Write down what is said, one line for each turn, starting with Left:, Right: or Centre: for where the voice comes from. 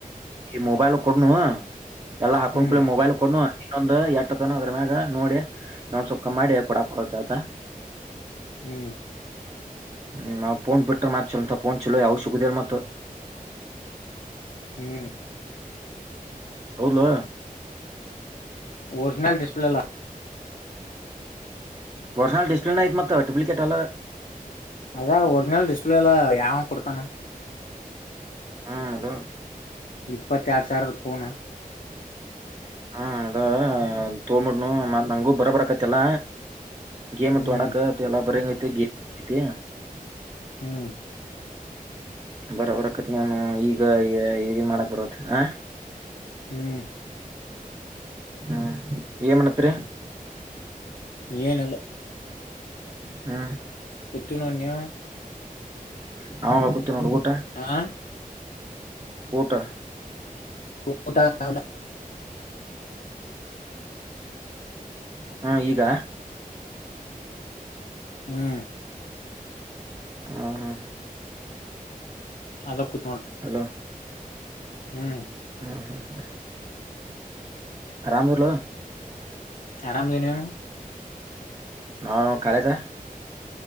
Right: ಈ ಮೊಬೈಲ್ ಕೊಡುನು ಎಲ್ಲಾ ಹಾಕೊಂಡ್
Left: ಹ್ಮ್
Right: ಕೂಳೆ ಮೊಬೈಲ್ ಕೊಡುನು ಇನ್ನೊಂದು ಎಟ್ಟ ಅದ ಏನ್ ಅದ್ರ ಮ್ಯಾಗ ಈಗ ನೋಡಿ ಇನ್ನೊಂದ ಸ್ವಲ್ಪ ಕಮ್ಮ ಮಾಡಿ ಕೊಡಾಕ್ ಬರ್ತೇತಿ ಆತಾ.
Left: ಹ್ಮ್
Right: ಹ್ಮ ಅವ್ನ ಪೋನ್ ಬಿಟ್ಟರ ಮತ್ತ ಚಲೋ ಚಲೋತಂಗಿ ಯಾವು ಫೋನ್ ಸಿಗೋದೇ ಇಲ್ಲ ಮತ್.
Left: ಹ್ಮ್
Right: ಹೌದ್ಲೋ.
Left: ಓರಿಜಿನಲ್ ಡಿಸ್ಪ್ಲೇಲಾ
Right: ಒರಿಜಿನಲ್ ಡಿಸ್ಪ್ಲೇನ ಐತಿ ಮತ್ತ ಡೂಪ್ಲಿಕೇಟ್ ಅಲ್ಲ.
Left: ಅದ ಒರಿಜಿನಲ್ ಡಿಸ್ಪ್ಲೇಲಾ ಯಾವ ಕೊಡ್ತಾನು.
Right: ಹ್ಮ್ ಅದು.
Left: ಇಪ್ಪತ್ತ ಎರಡ್ ಸಾವಿರದ ಪೋನ್.
Right: ಹಾ ಅದ ತೊಗಂಬಿಡ್ನು ಮತ್ ನಂಗೂ ಬರಾಬರಕತ್ತೆಲ್ಲ. ಗೇಮ್ ಅಂತು
Left: ಹ್ಮ್
Right: ಆಡಕ ಎಲ್ಲ ಬರಂಗ ಐತಿ ಗೇಮ್ ಐತಿ
Left: ಹ್ಮ್.
Right: ಬರಾಬ್ಬರಕತ್ ನೋಡು ಈಗ ಇ ಮಾಡಕ್ ಬರತ್ ಹಾ
Left: ಹ್ಮ್
Right: ಹ್ಮ್ ಏನ್ ಮಾಡಾತೇರಿ.
Left: ಏನಿಲ್ಲ.
Right: ಹಾ
Left: ಕುಂತೀವಿ ನೋಡ ನೀವ.
Right: ನಾವು ಹಂಗ ಕುಂತೇವ್ ನೋಡ ಊಟ
Left: ಹಾ
Right: ಊಟ-
Left: ಊಟ <inaudible>
Right: ಹಾ ಈಗ.
Left: ಹ್ಮ.
Right: ಹಾ ಹಾ.
Left: ಅಲ್ಲ ಕು
Right: ಹಲೋ
Left: ಹ್ಮ್.
Right: ಹ್ಮ ಹೂಂ ಹೂಂ. ಅರಾಮಿರ್ಲೋ
Left: ಆರಾಮದನಿ ನೀನು
Right: ನಾವ ಕಾಲೇಜ